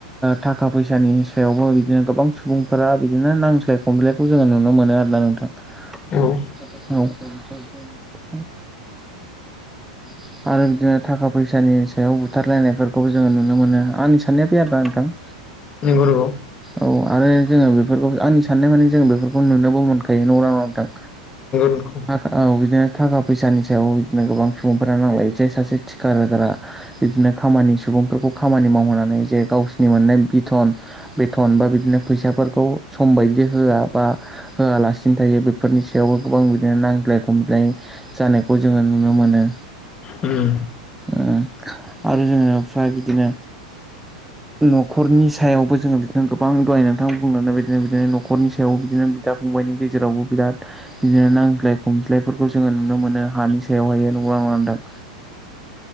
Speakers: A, in the centre; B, on the left.
A: थाखा फैसानि सायावबो बिदिनो गोबां सुबुंफोरा बिदिनो नांज्लाय खमज्लायखौ जोङो नुनो मोनो आरोना नोंथां
B: औ
A: औ <inaudible> आरो बिदिनो थाखा फैसानि सायाव बुथारलायनायफोरखौबो जोङो नुनो मोनो आंनि साननाया फै आरो ना नोंथां।
B: नोंगौ नोंगौ
A: औ आरो जोङो बेफोरखौ आंनि साननाय मानानि जों बेफोरखौ नुनोबो मोनखायो नंगौना नंङा नोंथां
B: नंगौ
A: थाखा औ बिदिनो थाखा फैसानि सायाव बिदिनो गोबां सुबुंफोरा नांलायो जे सासे थिखागारा बिदिनो खामानि सु बुंफोरखौ खामानि मावहोनानै जे गावसोरनि मोननाय बिथन बिथथन बा बिदिनो फैसाफोरखौ सम बायदि होआ बा होआलासिनो थायो बेफोरनि सायावबो गोबां बिदिनो नांज्लाय खमज्लाय जानायखौ जोङो नुनो मोनो।
B: उम
A: उ आरो जोङो फ्राय बिदिनो न'खरनि सायावबो जोङो बिदिनो गोबां दहाय नोंथां बुंनानै बायदिनो बिदिनो न'खरनि सायावबो बिदिनो बिदा-फंबायनि गेजेरावबो बिराद बिदिनो नांज्लाय खमज्लायफोर खौ जोङो नुनो मोनो हानि सायावहाय नंगौना नङा नोंथां?